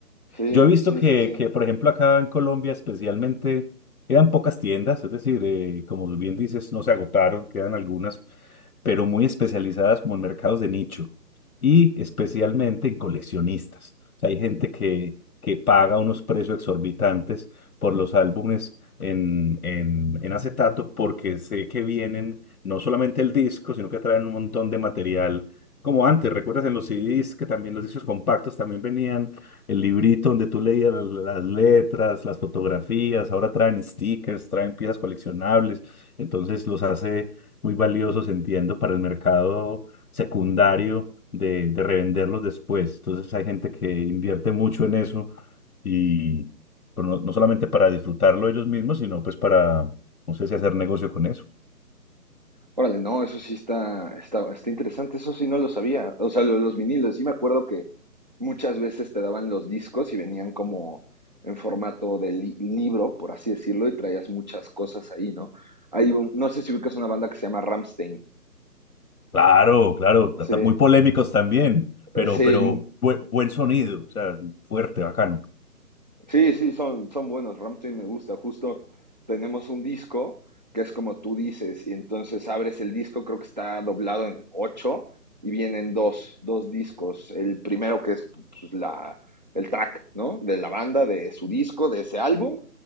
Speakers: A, on the right; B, on the left.
A: Sí,
B: Yo he visto
A: sí,
B: que,
A: sí, sí.
B: que, por ejemplo, acá en Colombia especialmente quedan pocas tiendas, es decir, eh, como bien dices, no se agotaron, quedan algunas, pero muy especializadas como en mercados de nicho y especialmente en coleccionistas. O sea, hay gente que, que paga unos precios exorbitantes por los álbumes en, en, en acetato porque sé que vienen no solamente el disco, sino que traen un montón de material. Como antes, ¿recuerdas en los CDs que también los discos compactos también venían? el librito donde tú leías las las letras, las fotografías, ahora traen stickers, traen piezas coleccionables, entonces los hace muy valiosos, entiendo, para el mercado secundario de, de revenderlos después. Entonces hay gente que invierte mucho en eso y pero no, no solamente para disfrutarlo ellos mismos, sino pues para, no sé si hacer negocio con eso.
A: Órale, no, eso sí está, está, está interesante, eso sí no lo sabía. O sea, lo los vinilos, sí me acuerdo que muchas veces te daban los discos y venían como en formato de li- libro, por así decirlo, y traías muchas cosas ahí, ¿no? Hay un- no sé si ubicas una banda que se llama Ramstein
B: Claro, claro, ta- ta-
A: Sí,
B: muy polémicos también, pero,
A: sí,
B: pero bue- buen sonido, o sea, fuerte, bacano.
A: Sí, sí, son, son buenos. Rammstein me gusta. Justo tenemos un disco que es como tú dices, y entonces abres el disco, creo que está doblado en ocho, y vienen dos, dos discos. El primero que es pues, la, el track, ¿no? De la banda, de su disco, de ese álbum,